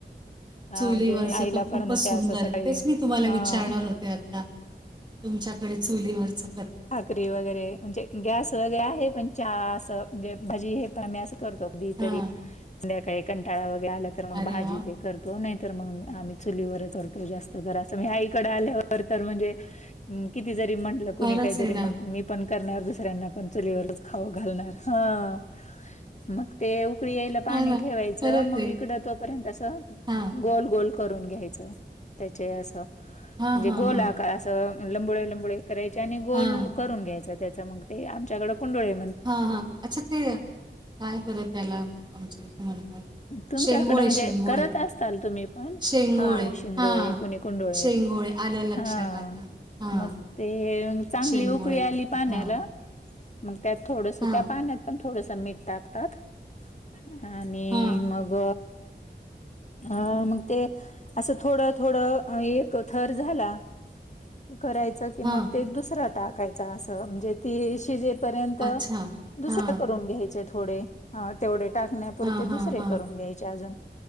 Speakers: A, on the left; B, on the right.
A: हा
B: चुलीवरच
A: म्हणजे मी आईला
B: तर
A: पण
B: खूपच
A: म्हणते
B: सुंदर
A: असं सकाळी
B: आहे. तेच मी तुम्हाला
A: हा
B: विचारणार होते आता. तुमच्याकडे चुलीवरच
A: भाकरी वगैरे म्हणजे गॅस वगैरे आहे पण हा असं म्हणजे भाजी हे पाम अस तो अगदी
B: हां
A: तरी संध्याकाळी कंटाळा वगैरे आला तर, मग
B: अरे
A: भाजी
B: वा
A: ते कर तो नाही तर, मग आम्हीत चुलीवरच करतो जास्त मिळर असं मी आईकडे आल्यावर तर म्हणजे किती जरी म्हंटलं? कुणी
B: खरंच
A: काहीतरी
B: आहे ना
A: मग मी पण करणार दुसऱ्यांना पण चुलीवरच खावू घालणार. हा. मग ते उकळी यायला पाणी
B: हा ना
A: ठेवायचं,
B: खरंच
A: मग
B: आहे
A: इकडं तोपर्यंत असं
B: हां
A: गोल गोल करून घ्यायच, त्याचे हे आस म्हणजे
B: हां हां
A: गोलाकार
B: हां
A: अस लंबुळे लंबुळे कराय चे नी गोल
B: हां
A: करून घ्यायचा त्याचा, मग ते आमच्याकड कुंडळे
B: हा हा, अच्छा ते काय बर त्याला आमच्या इथे म्हणतात?
A: तुमच्याकडे
B: शेंगोळे
A: म्हणजे
B: शेंगोळे
A: करत असताल तुम्ही पण,
B: शेंगोळे
A: हा शिंगोळे
B: हां
A: कुणी कुंडूळे
B: शेंगोळे आलं लक्षात
A: हा
B: आता हां
A: म ते ते चांगली
B: शेंगोळे
A: उकळी आली
B: करतात
A: पाण्याला
B: हां
A: मग त्यात थोडस,
B: हां
A: त्या पाण्यात पण थोडस मीठ टाकतात. आणि
B: हां
A: मग अ मग ते आसं थोडं थोडं एक थर झाला की, करायचं की मग
B: हां
A: ते दुसरा टाकायचा अस म्हणजे ते शीजेपर्यंत
B: अच्छा
A: दुसरा
B: हां
A: करून घ्यायचे. थोडे, तेवढे टाकण्यापुरते
B: हां,
A: दुसरे
B: हां, हां.
A: करून घ्यायचे अजून.